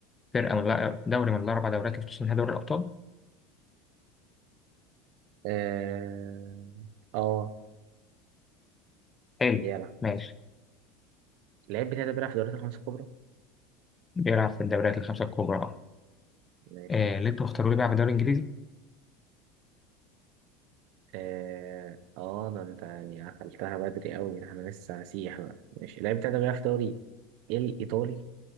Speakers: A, on the left; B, on the right.
A: فرقة من الأ- دوري من الأربع دوريات اللي بتشتهر دوري الأبطال
B: اه اه
A: حلو
B: بيلعب
A: ماشي
B: اللاعب بتاعي ده بيلعب في الدوريات الخمسة الكبرى
A: بيلعب في الدوريات الخمسة الكبرى أه
B: ماشي
A: آه، اللي أنت مختاره لي بيلعب في الدوري الإنجليزي
B: اه اه ده انت يعني عقلتها بدري قوي ده انا لسه هسيح بقى ماشي اللاعب بتاعي ده بيلعب في دوري الايطالي